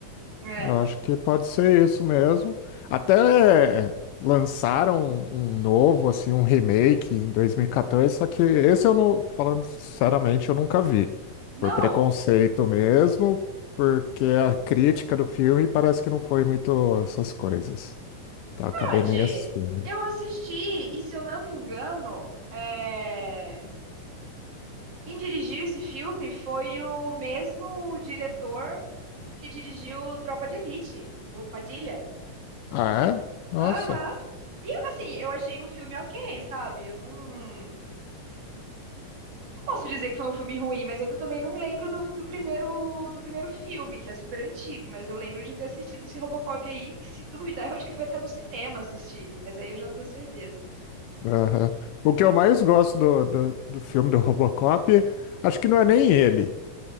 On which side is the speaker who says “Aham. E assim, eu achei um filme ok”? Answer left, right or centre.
Right